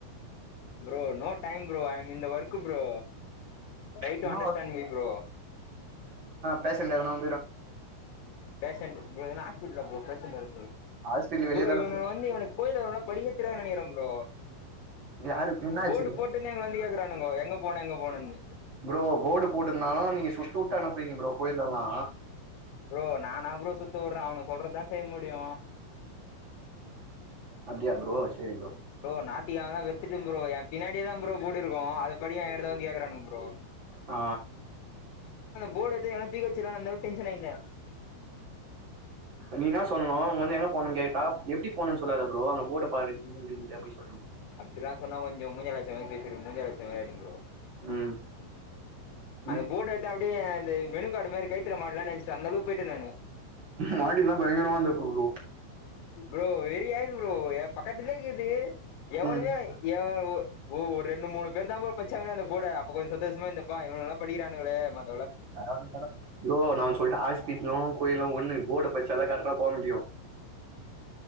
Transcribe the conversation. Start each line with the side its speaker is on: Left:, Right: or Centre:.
Left: bro no time bro I'm இந்த வர்க்கு ப்ரோ ட்ரை
Right: என்ன
Left: டு அண்டர்ஸ்டாட்
Right: ஒர்க்
Left: மீ ப்ரோ
Right: பேசன்ந்து எவனவ்
Left: பேஷண்டு எதுனா ஆஸ்பிடல் போ பேஷண்டு வர்
Right: ஹாஸ்பிட்டல் வெளியே
Left: ப்ரோ
Right: தானே
Left: இவன வந்து இவனுக்கு கோயில்ல இருக்றவன படிக்கவே தெரியாதுன்னு நினைக்றே ப்ரோ
Right: யாரு என்ன ஆச்சு
Left: போடு
Right: ப்ரோ
Left: போட்டுன்னே எங்க வந்து கேக்குறானுங்க எங்க போன எங்க போனேன்னு
Right: ப்ரோ போர்டு போட்ருந்தாலும் நீங்க சுத்து விட்டா அனுப்புறீங்க ப்ரோ கோயிலல்லா
Left: ப்ரோ நானா ப்ரோ சுத்து விட்டுறே அவன சொல்றதுதா செய்ய முடியு
Right: அப்டியா ப்ரோ சரி ப்ரோ
Left: ப்ரோ நாய்திகிழமலா வெறுத்துட்டே ப்ரோ ஏ பின்னாடி தான் ப்ரோ போடுருக்கும் அது படிக்க ஏன்டதா வந்து கேக்குறானுங்க ப்ரோ
Right: ஆ
Left: போர்ட எடுத்து ஏங்கனா தூக்கிவச்சுர்ல அந்தஅளவுக்கு டென்சன் ஆயிந்த
Right: நீ என்னா சொல்னு உ வந்து எங்க போனன்னு கேட்டா எப்டி போனோன்னு சொல்லாத ப்ரோ அங்க போர்ட பாருங் அப்டி சொல்
Left: அப்டிதா சொன்னா கொஞ்சோ மூஞ்சால அடிச்சா மாரி பேசிரு மூஞ்சால அடிச்ச மாரி ஆயிடும் ப்ரோ
Right: ம்
Left: அந்த
Right: ம்
Left: போட எடுத்து அப்டியே அந்த மெனுகார்டு மாரி கைத்துல மாட்டலாநெனச்சே அந்த அளவுக்கு போய்ட நானு
Right: மாட்டிருந்த பயங்கரமா இருந்துருக்கும் ப்ரோ
Left: ப்ரோ வெறிஆய்ருது ப்ரோ ஏ பக்கத்துலேகீது எவனுமே
Right: ம்
Left: எவ் ஓ ஒரு ரெண்டு மூணு பேருதா ப்ரோ பச்சாங்கஅந்த போட அப்ப கொஞ்ச சந்தோஷமா இருந்தப்பா இவங்கல்ல படிக்கிறானங்களே மத்
Right: பரவால்ல பரவால்ல ப்ரோ நாஒன்னு சொல்டா ஹாஸ்பிட்டலு கோயிலு ஒண்ணு போர்ட படிச்சாதா கரெக்ட போம் முடியு